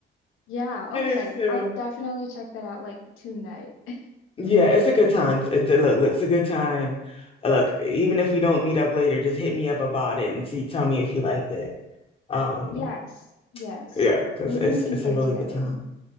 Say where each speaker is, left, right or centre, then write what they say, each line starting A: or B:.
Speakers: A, on the left; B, on the left.
A: Yeah,
B: I
A: okay.
B: do too.
A: I'll definitely check that out like tonight. <laughs>
B: Yeah, it's a good time. It's a, look, look, it's a good time. Uh, Look, even if we don't meet up later, just hit me up about it and see, tell me if you liked it. Um,
A: Yes, yes.
B: yeah, because
A: Maybe
B: it's
A: we can
B: it's
A: play
B: a really
A: together.
B: good time.